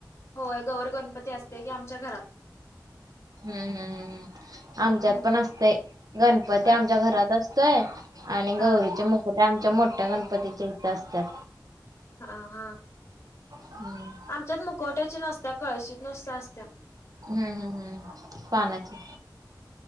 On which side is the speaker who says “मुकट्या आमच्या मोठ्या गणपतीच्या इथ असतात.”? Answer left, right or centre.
Right